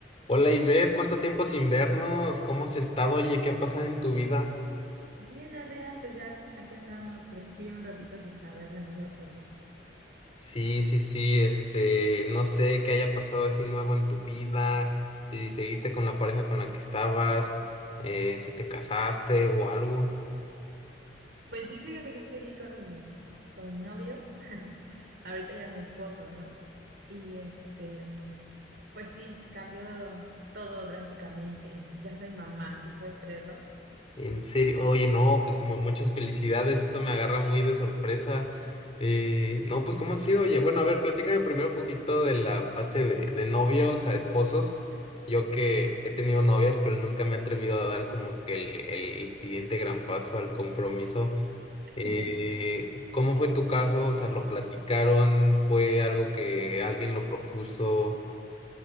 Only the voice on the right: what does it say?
Bien, Adrián, pues ya aquí andamos, pero pues sí, un ratito sin saber de nosotros, ¿no?
Pues sí, fíjate que sí seguí con mi, con mi novio, ahorita ya mi esposo, ¿no? Y este, mm, pues sí, cambió todo drásticamente. Ya soy mamá, ¿tú puedes creerlo?
<laughs>